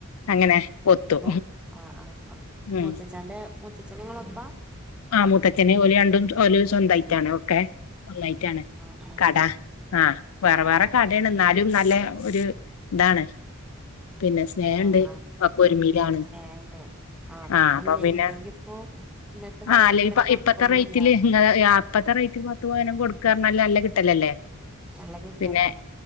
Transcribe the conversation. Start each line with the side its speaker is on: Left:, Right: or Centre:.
Left: അങ്ങനെ ഒത്തു
Centre: അമ്മു ആഹ് ആഹ് ഓക്കെ
Left: ഉം
Centre: മൂത്തച്ഛന്റെ മൂത്തച്ഛന് ഇങ്ങളൊപ്പാ
Left: ആ മൂത്തച്ഛന് ഓല് രണ്ടും ഓല് സ്വന്തായിട്ടാണ് ഒക്കെ ഒന്നായിട്ടാണ്
Centre: ആഹ് ആഹ്
Left: കട ആഹ്
Centre: ആഹ്
Left: വേറെ
Centre: പാടാ
Left: വേറെ കടയാണ് എന്നാലും നല്ല ഒരു ഇതാണ് പിന്നെ സ്നേഹണ്ട്
Centre: ആഹ് ആഹ്
Left: ഒക്കെ ഒരുമയിലാണ്
Centre: ഏഹ് ഇണ്ട് ആഹ് സ്നേഹല്ല
Left: ആഹ് അപ്പൊ പിന്നെ
Centre: ഇല്ലെങ്കിപ്പോ ഇന്നത്തെ കാലത്ത്
Left: ആഹ് അല്ലെങ്കി
Centre: ഇപ്പ ഇങ്ങനെ
Left: ഇപ്പ
Centre: കൊടുക്കൊന്നുല്ല
Left: ഇപ്പത്തെ റേറ്റില് ഇങ്ങ അപ്പത്തെ റേറ്റിൽ പത്ത് പവനും കൊടുക്കാറഞ്ഞാല് നല്ല കിട്ടലല്ലേ
Centre: നല്ല കിട്ടലാണ്
Left: പിന്നെ